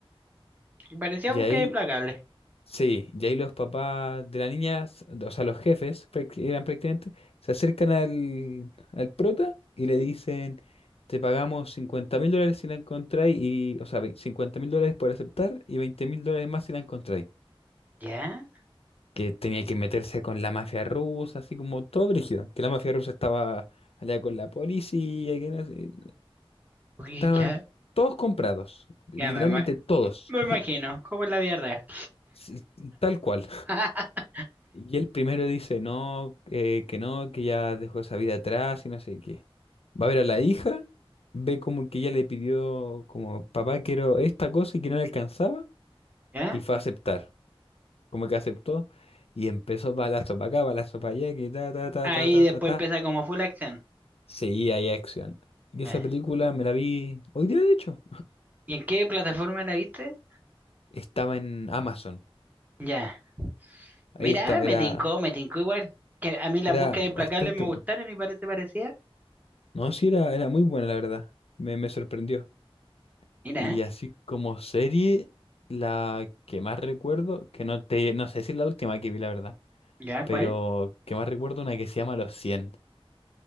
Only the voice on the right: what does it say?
Parecía
búsqueda
implacable.
¿Ya?
Uy,
ya.
Ya me, ima-
me imagino, como es la vida real.
<laughs>
¿Ya?
Ahí
después
empieza como full action.
Ya.
¿Y en qué plataforma la viste?
Ya.
Mira,
me
tincó, me tincó igual. Que a mí las
búsquedas implacables
me gustaron
y parece parecía.
Mira,
¿ya cuál?